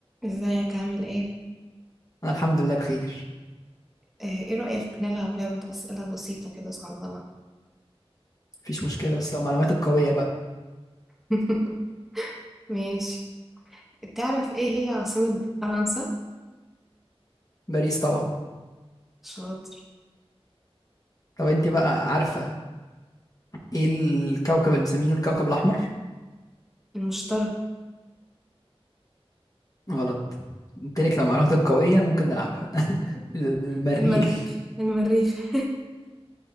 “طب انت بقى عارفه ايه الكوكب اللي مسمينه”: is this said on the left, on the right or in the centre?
Left